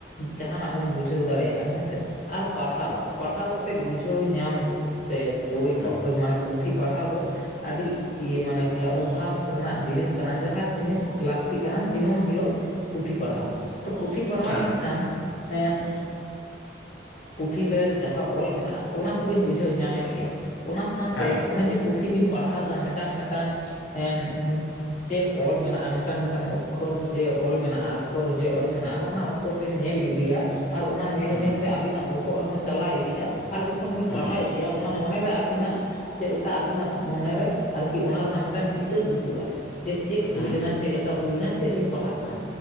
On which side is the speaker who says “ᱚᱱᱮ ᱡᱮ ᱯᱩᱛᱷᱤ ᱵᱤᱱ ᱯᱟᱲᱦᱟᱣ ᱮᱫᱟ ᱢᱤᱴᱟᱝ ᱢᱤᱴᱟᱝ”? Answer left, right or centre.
Left